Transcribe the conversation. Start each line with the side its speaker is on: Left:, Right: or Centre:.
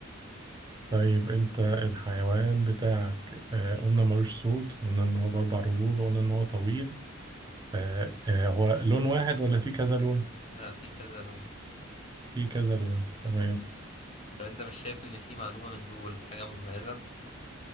Right: طيب انت الحيوان بتاعك آه، قلنا ملوش صوت قلنا ان هو باربع رجول وقلنا ان هو طويل آه، آه، هو لون واحد ولا في كذا لون
Left: لا في كذا لون
Right: في كذا لون تمام
Left: طب انت مش شايف ان في معلومة من دول حاجة مميزة